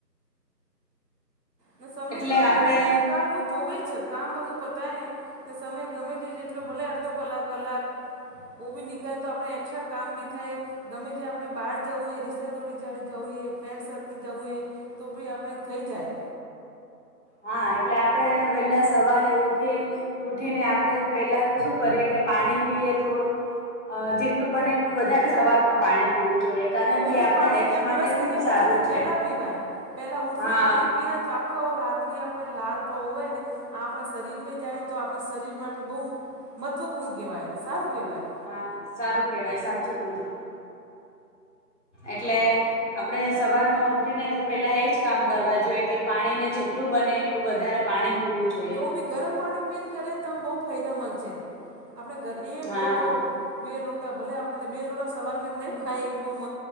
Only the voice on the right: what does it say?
ને સમય
તો આપડે
ની નીકાળવું જ જોવે જ છે કામ બધું પતાય ને સમય ગમે છે જેટલો ભલે અડધો કલાક, કલાક ઓ ભી નીકળે તો આપણે એકસ્ટ્રા કામ ભી થાય ગમે જે આપણે બહાર જઉંએ, રિશાદોડી જાવુ જઉંએ, ફ્રેન્ડ સાથે જઉંએ તો ભી આપણે થઈ જાય.
ને ઓ
બી
પાણી
કેમ
બ્રશ
કરીયા
પછી ને
પેલા પીવાય પેલા ઉઠતેહી
પાણી પીવાય તો આ ખો રાતની આપણે લાળપ હોય ને આપણા શરીરમાં જાય ને તો આપણે શરીર માટે બઉ મહત્વપૂર્ણ કહેવાય, સારું કેવાય.
ને ઓ બી ગરમ પાણી પીને કરીને તમે બહુ ફાયદામંદ છે આપણે ઘર એક
લોટો બે લોટા ભલે આપને બે લોટા સવારમાં નહી ભાય એક બઉ મ